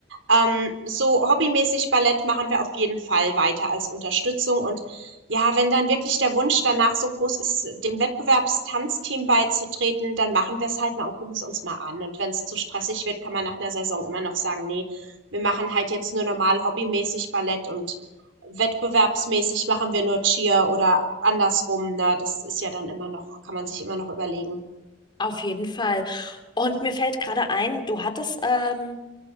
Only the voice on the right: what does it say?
Ähm, so hobbymäßig Ballett machen wir auf jeden Fall weiter als Unterstützung. Und ja, wenn dann wirklich der Wunsch danach so groß ist, dem Wettbewerbstanzteam beizutreten, dann machen wir es halt mal und gucken es uns mal an. Und wenn es zu stressig wird, kann man nach einer Saison immer noch sagen, nee, wir machen halt jetzt nur normal hobbymäßig Ballett und wettbewerbsmäßig machen wir nur Cheer oder andersrum. Ne? Das ist ja dann immer noch, kann man sich immer noch überlegen.